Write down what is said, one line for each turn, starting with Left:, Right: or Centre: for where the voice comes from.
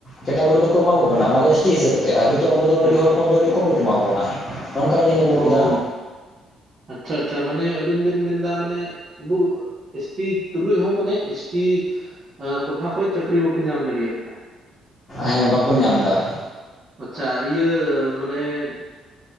Left: ᱠᱮᱴᱟᱜᱚᱨᱤ ᱫᱚᱠᱚ ᱮᱢᱟ ᱠᱚ ᱠᱟᱱᱟ ᱚᱱᱟ ᱫᱚ ᱮᱥ ᱴᱤ ᱦᱤᱥᱟᱹᱵᱽ᱾ ᱛᱮ ᱟᱜᱮᱛᱚ ᱟᱵᱚ ᱫᱚ
Right: ᱦᱮᱸ,
Left: ᱟᱹᱰᱤ
Right: ᱦᱮᱸ,
Left: ᱦᱚᱲ ᱦᱚᱯᱚᱱ ᱫᱚ ᱟᱹᱰᱤ ᱠᱚᱢ ᱠᱚ ᱮᱢᱟ ᱵᱚᱱᱟ ᱱᱚᱜ ᱚᱝᱠᱟᱭ ᱧᱮᱞ ᱟᱹᱜᱩᱣ
Right: ᱚ
Left: ᱠᱟᱫᱟ᱾
Right: ᱟᱪᱪᱷᱟ ᱟᱪᱪᱷᱟ ᱢᱟᱱᱮ ᱟᱵᱤᱱ- ᱤᱢ ᱵᱮᱱ ᱢᱮᱱ ᱫᱟ ᱢᱟᱱᱮ ᱟᱵᱩᱜ ᱮᱥᱴᱤ ᱛᱩᱞᱩᱡ ᱦᱚᱸ ᱢᱟᱱᱮ ᱮᱥᱴᱤ- ᱟ. ᱠᱚᱴᱷᱟ ᱠᱷᱚᱡ ᱪᱟᱹᱠᱨᱤ ᱵᱟᱹᱠᱩ ᱧᱟᱢ ᱫᱟᱹᱲᱤᱭᱟᱹᱜ ᱠᱟᱱᱟ᱾
Left: ᱦᱮᱸ ᱵᱟᱠᱚ ᱧᱟᱢ ᱮᱫᱟ
Right: ᱟᱪᱪᱷᱟ ᱤᱭᱟᱹ ᱢᱟᱱᱮ-